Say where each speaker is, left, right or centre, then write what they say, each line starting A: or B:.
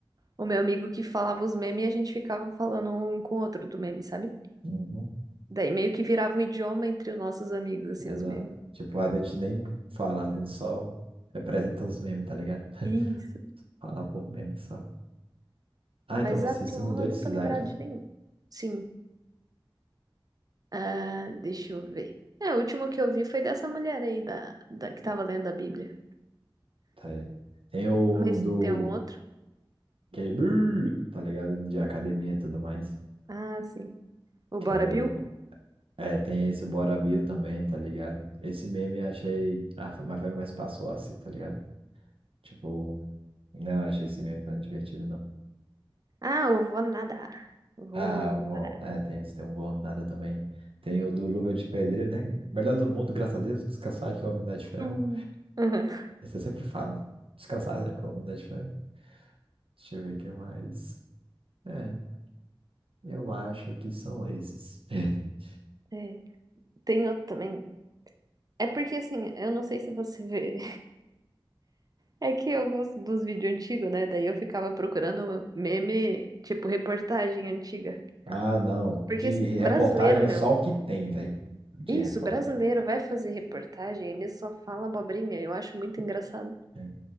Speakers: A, on the right; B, on the right.
A: o meu amigo que falava os memes e a gente ficava falando um com o outro do meme, sabe?
B: Uhum.
A: Daí meio que virava um idioma entre os nossos amigos, assim,
B: Exato.
A: os memes.
B: Tipo, a gente nem fala, a gente só representa os memes, tá ligado? <laughs>
A: Isso.
B: Fala por memes só. Ah,
A: Mas
B: então você
A: atual
B: se mudou
A: eu
B: de
A: não
B: cidade?
A: tô lembrada de nenhum. Sim. Ah, deixa eu ver. É, o último que eu vi foi dessa mulher aí da, da que tava lendo a Bíblia.
B: Tá aí. Tem o
A: Mas
B: do
A: tem algum outro?
B: aquele brrr, tá ligado? De academia e tudo mais.
A: Ah, sim. O
B: Que
A: Bora
B: é do.
A: Bill?
B: É, tem esse Bora Bill também, tá ligado? Esse meme eu achei. Ah, foi mais, foi mais passou assim, tá ligado? Tipo, não achei esse meme tão divertido, não.
A: Ah, eu vou nadar. Vou
B: Ah,
A: nadar.
B: bom, é, tem esse, tem um bom nada também. Tem o do Luva de Pedreiro, né? Melhor do mundo, graças a Deus, descansar que é o Homem de Ferro.
A: Hum. Aham.
B: Esse eu sempre falo, descansar né, que é o Homem de Ferro. Deixa eu ver o que mais. É, eu acho que são esses. <laughs>
A: É, Tem outro também. É porque assim, eu não sei se você vê. É que eu gosto dos vídeos antigos, né? Daí eu ficava procurando meme, tipo reportagem antiga.
B: Ah, não,
A: Porque
B: de
A: s-
B: reportagem
A: brasileiro, meu,
B: é só o que tem, velho, de
A: isso,
B: reportagem.
A: brasileiro vai fazer reportagem, ele só fala abobrinha, eu acho muito engraçado.
B: É.